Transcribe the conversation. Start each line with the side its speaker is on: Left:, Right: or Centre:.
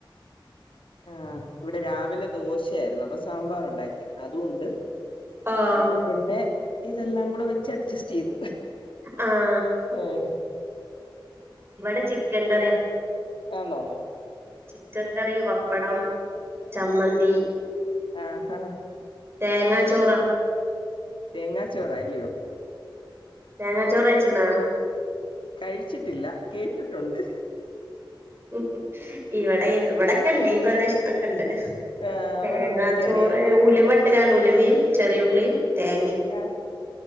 Left: ആഹ ഇവിടെ രാവിലെ ദോശയായിരുന്നു അപ്പൊ സാമ്പാറു ണ്ടാക്കി അതുംണ്ട്
Right: ആഹ്
Left: അപ്പൊ പിന്നെ ഇതെല്ലാം കൂടെ വെച്ച് അഡ്ജസ്റ്റ് ചെയ്തു
Right: ആഹാ
Left: ഏഹ്
Right: വടെചിക്കൻ കറിയാ.
Left: ആണോ
Right: ചിക്കൻകറി വപ്പടം ചമ്മന്തി
Left: ആഹ് ആഹാ
Right: തേങ്ങാ ചോറാ.
Left: തേങ്ങാച്ചോറ അല്ലയോ?
Right: തെങ്ങാ ചോറ്ച്ചിക്ക്‌ണാ
Left: കഴിച്ചിട്ടില്ല കേട്ടിട്ടുണ്ട്. ഹ്
Right: ഉംഹും ഇവടെ ഇവിടെൊക്കെണ്ട് ഈ പ്രദേശത്തൊക്കെണ്ട്.
Left: ആഹ്
Right: തേങ്ങാ
Left: അവിടുണ്ട് എനിക്കറിയാ
Right: ചോറ്
Left: എൻ
Right: ഉലുവട്ട്കാണ്ട് ഉലുവിം ചെറിയുള്ളിം തേങ്ങിം
Left: ആ